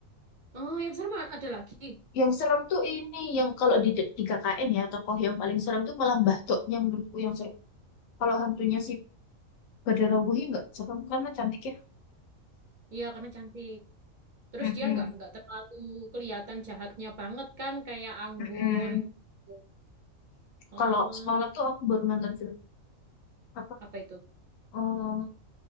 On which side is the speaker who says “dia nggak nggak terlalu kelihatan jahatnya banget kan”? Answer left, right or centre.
Right